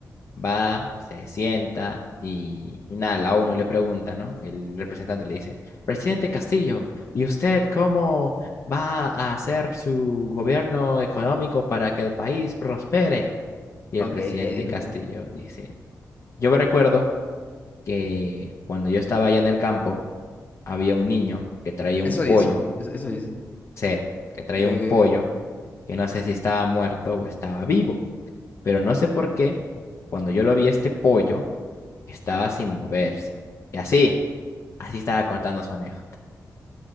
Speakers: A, on the left (about 45°); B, on the left (about 25°).
A: Va, se sienta y, y nada, la ONU le pregunta, ¿no? El representante le dice, Presidente Castillo, ¿y
B: Ujú.
A: usted cómo va a hacer su gobierno económico para que el país prospere? Y
B: Ok,
A: el presidente
B: ¿qué dijo?
A: Castillo dice, yo me recuerdo que cuando yo estaba allá en el campo, había un niño que traía
B: Eso
A: un
B: hizo,
A: pollo,
B: eso, eso dice.
A: sé, que traía
B: Ok, ok, ok.
A: un pollo, que no sé si estaba muerto o estaba vivo, pero no sé por qué, cuando yo lo vi este pollo, Estaba sin moverse. Y así, así estaba contando su anécdota.